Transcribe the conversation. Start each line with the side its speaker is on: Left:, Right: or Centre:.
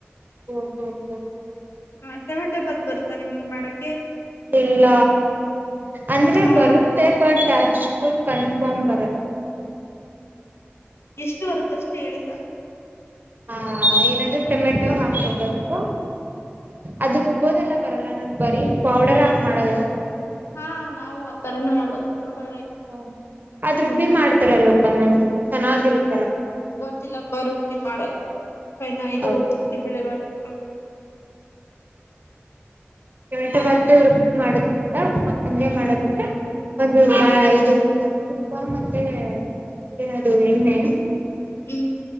Right: ಹ್ಮ ಹ್ಮ್ ಹ್ಮ್ ಹ್ಮ್.
Left: ಹಾ ಟೊಮೆಟೊ ಬಾತ್ ಬರುತ್ತಾ ನಿಮಗೆ ಮಾಡಕೆ.
Right: ಇಲ್ಲ ಅಂದ್ರೆ
Left: ಹಾ
Right: ಬರುತ್ತೆ ಬಟ್. ಅಷ್ಟು ಕನ್ಫರ್ಮ್ ಬರಲ್ಲ.
Left: ಎಷ್ಟು ಬರುತ್ತಷ್ಟೇ ಹೇಳಿ ಸಾಕು.
Right: ಹಾ ಏನಾದ ಟೊಮೆಟೊ ಹಾಕ್ಕೋಬೇಕು ಇತ್ತು. ಅದು ರುಬ್ಬೋದೆಲ್ಲ ಬರಲ್ಲ ನನಗೆ ಬರೀ ಪೌಡರ್ ಹಾಕ ಮಾಡೋದ.
Left: ಹಾ ನಾವು ಆ ತರನೇ ಮಾಡೋದು ಪೌಡರ್ ಹಾಕಿ.
Right: ಹ್ಮ ಅದ್ ರುಬ್ಬಿ ಮಾಡ್ತಾರಲ್ವಾ ಒಂದೊಂದು ಚೆನ್ನಾಗಿರುತ್ತೆ.
Left: ಗೊತ್ತಿಲ್ಲ ಬರ್ತಿ ಮಾಡೋದು. <unintelligible> ಇದು
Right: ಹೌದಾ
Left: ಬಿಸಿ ಬೆಳೆ ಬಾತ್ ಮಾಡೋದು.
Right: ಕೆಟ ಭಾತ್ತು ರುಬ್ಬಿ ಮಾಡದಿಂದ ಸಂಜೆ ಮಾಡೋದಿಂದ್ರ ಒಂದು. ಇದು ಸ್ವಲ್ಪ ತುಪ್ಪ ಮತ್ತೆ ಏನದು ಎಣ್ಣೆ.
Left: ಹ್ಮ್